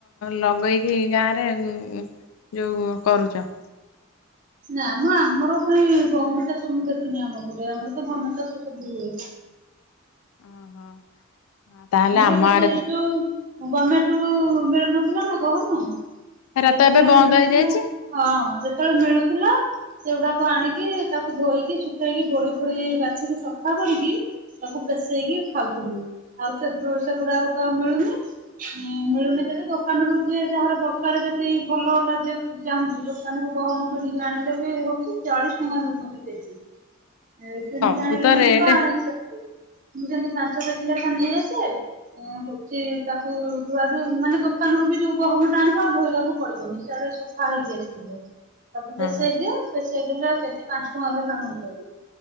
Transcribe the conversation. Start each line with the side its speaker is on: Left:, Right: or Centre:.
Left: ଲଗେଇକି ଗାଁରେ ଉଁ, ଯୋଉ କରୁଚ?
Right: ନା ମୋ ଆମର କାଇଁ ଗହମ ଚାଷ ମୁଁ ଦେଖିନି ଆମ ପଟେ। ଆମର ତ ଧାନ ଚାଷ ସବୁ ହୁଏ।
Left: ଓହୋ। ତାହେଲେ
Right: ଆମର
Left: ଆମ
Right: ଯଦି
Left: ଆଡେ
Right: ଏ ଯୋଉ ଗମେଣ୍ଟ ରୁ ମିଳୁନଥିଲା ନା ଗହମ।
Left: ହେରା
Right: ଯେତେବେଳେ
Left: ତ ଏବେ ବନ୍ଦ
Right: ମିଳୁଥିଲା
Left: ହେଇଯାଇଛି
Right: ହଁ ଯେତେବେଳେ ମିଳୁଥିଲା ସେଉଡାକ ଆଣିକି ତାକୁ ଧୋଇକି ସୁଖେଇକି ଗୋଡି ଫୋଡି ବାଛିକି ସଫା କରିକି ତାକୁ ପେସେଇକି ଖାଉଥିଲୁ। ଆଉ ସେଗୁ ସେଗୁଡାକ ତ ଆଉ ମିଳୁନି। ଅଁ, ମିଳୁନି ଯଦି ଦୋକାନରୁୁ ଯିଏ ଯାହାର ଦରକାର ଯଦି ଭଲ ଅଟା ଯିଏ ଚାହୁଁଚି, ଦୋକାନରୁ ଗହମ କିଣିକି ଆଣିଲେ ବି ହଉଛି। ଚାଳିଶ ଟଙ୍କା ନଉଛନ୍ତି କେଜି। ଏ କିଣିକି
Left: ସବୁ
Right: ଆଣିକି
Left: ରେଟ
Right: ମୁଁ ତ ଆଣେ ସେଠି। ମୁଁ ସେମତି ପାଞ୍ଚ କେଜି ଲେଖା ନେଇ ଆସେ। ଏଁ, ହଉଚି ତାକୁ ଧୁଆ ଧୁଇ ମାନେ ଦୋକାନରୁ ବି ଯୋଉ ଗହମ ଟା ଆଣିବ ଆଉ ଧୋଇବାକୁ ପଡିବନି। ସିଆଡେ ସ ଫା ହୋଇକି ଆସିଥିବ। ତାକୁ ପେଶେଇ
Left: ହଁ
Right: ଦିଅ। ପେଶେଇ ଦେଲେ କେଜି ପାନ୍ସ ଟଙ୍କା ଲେଖା ନଉଚନ୍ତି।